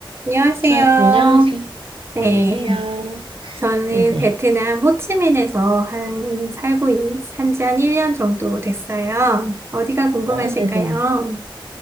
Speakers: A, on the right (about 30°); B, on the right (about 85°).
A: 안녕하세요.
B: 아, 안녕하세요.
A: 네.
B: 안녕하세요.
A: 저는
B: 네네.
A: 베트남 호치민에서 한 살고 산지 한 1년 정도 됐어요. 어디가 궁금하실까요?
B: 아, 네네.